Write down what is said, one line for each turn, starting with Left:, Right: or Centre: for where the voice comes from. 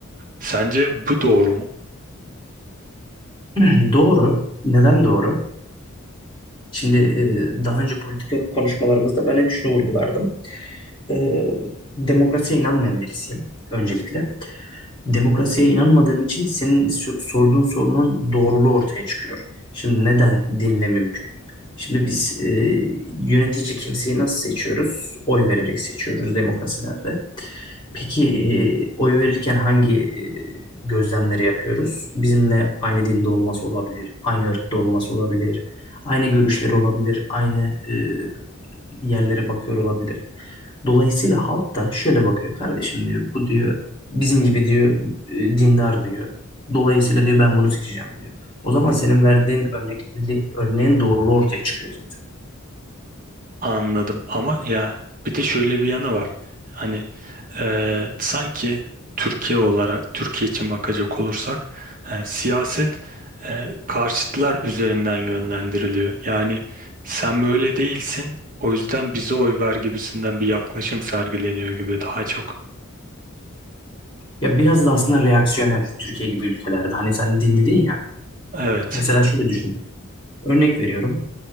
Right: Sence bu doğru mu?
Left: <clears throat> Doğru. Neden doğru? Şimdi e, daha önce politika konuşmalarımızda ben hep şunu vurgulardım. E, demokrasiye inanmayan birisiyim öncelikle. Demokrasiye inanmadığım için senin so- sorduğun sorunun doğruluğu ortaya çıkıyor. Şimdi neden dinle mümkün? Şimdi biz e, yönetici kimseyi nasıl seçiyoruz? Oy vererek seçiyoruz demokrasilerde. Peki e, oy verirken hangi e, gözlemleri yapıyoruz? Bizimle aynı dinde olması olabilir, aynı ırkta olması olabilir, aynı görüşleri olabilir, aynı e, yerlere bakıyor olabilir. Dolayısıyla halk da şöyle bakıyor kardeşim diyor, bu diyor Bizim gibi diyor e, dindar diyor. Dolayısıyla diyor ben bunu seçeceğim diyor. O zaman senin verdiğin örnekli, örneğin doğruluğu ortaya çıkıyor zaten.
Right: Anladım ama ya bir de şöyle bir yanı var. Hani eee, sanki Türkiye olarak Türkiye için bakacak olursak e, siyaset e, karşıtlar üzerinden yönlendiriliyor. Yani sen böyle değilsin o yüzden bize oy ver gibisinden bir yaklaşım sergileniyor gibi daha çok.
Left: Ya biraz da aslında reaksiyonel Türkiye gibi ülkelerde. Hani sen din dedin ya.
Right: Evet
Left: Mesela şöyle düşün. Örnek veriyorum.